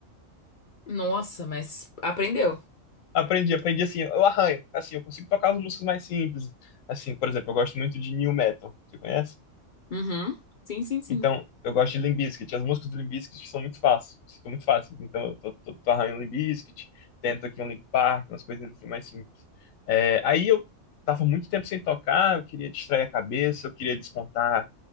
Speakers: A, on the left; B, on the left.
A: Nossa, mas aprendeu.
B: <laughs> Aprendi, aprendi assim, eu arranho, assim, eu consigo tocar as músicas mais simples. Assim, por exemplo, eu gosto muito de new metal, você conhece?
A: Uhum. Sim, sim, sim.
B: Então, eu gosto de Limp Bizkit, as músicas do Limp Bizkit são muito fáceis, são muito fáceis. Então, eu tô, tô, tô arranhando Limp Bizkit, tento aqui um Linkin Park, umas coisinhas assim mais simples. É, aí eu tava muito tempo sem tocar, eu queria distrair a cabeça, eu queria descontar